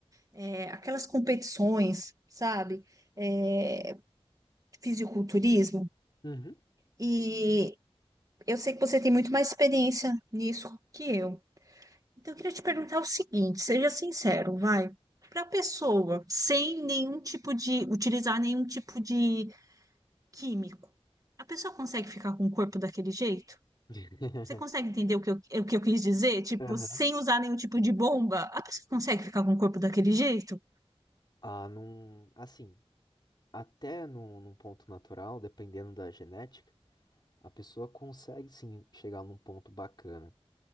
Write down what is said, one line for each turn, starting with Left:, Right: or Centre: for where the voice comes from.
Right: é, aquelas competições, sabe? É, fisiculturismo.
Left: Uhum.
Right: E eu sei que você tem muito mais experiência nisso que eu. Então, eu queria te perguntar o seguinte, seja sincero, vai. Para a pessoa, sem nenhum tipo de, utilizar nenhum tipo de químico, a pessoa consegue ficar com o corpo daquele jeito?
Left: <laughs>
Right: Você consegue entender o que eu, o que eu quis dizer? Tipo,
Left: Aham.
Right: sem usar nenhum tipo de bomba, a pessoa consegue ficar com o corpo daquele jeito?
Left: Ah, não. Assim. até num, num ponto natural, dependendo da genética, a pessoa consegue sim chegar num ponto bacana.